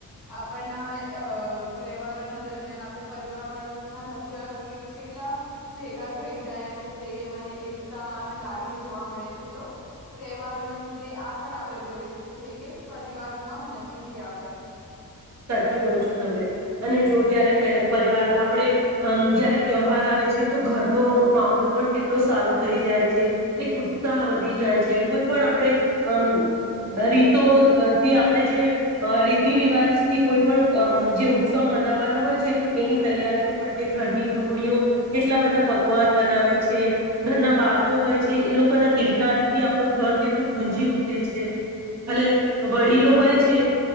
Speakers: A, on the left; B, on the right.
A: આપણના અહ તહેવારોના દરમિયાન આપણે પરિવાર વર ના સભ્ય કે કેટલા ભેગા થઈ જાય અને પ્રેમ અને એકતા અને લાગણી જોવા મળે છે તો, તહેવારોના લીધે આ પણ આપણે જોઈ શકીએ છીએ કે પરિવારમાં નજીકી આવે.
B: સાચું કહો છો તમે. અને જો જયારે પહે પરિવાર આપણે અમ જયારે તહેવાર આવે છે તો ઘરનો માહોલ પણ કેટલો સારો થઈ જાય છે, એક ઉત્સાહ વધી જાય છે, કોઈ પણ આપણે અમ રીતો અહ થી આપણે જે અહ રીતિ રિવાજ થી કોઈ પણ અમ જે ઉત્સવ મનાવવાના હોય છે તો એની તૈયારીઓ માટે ઘરની ગૃહિણીઓ કેટલા બધા પકવાન બનાવે છે, ઘરના બાળકો હોય છે એ લોકોના તિલકારીથી આપણો ઘર કેટલું ગુંજી ઉઠે છે. અલે
A: હા
B: વડીલો
A: એકદમ
B: હોય
A: સાચ
B: છે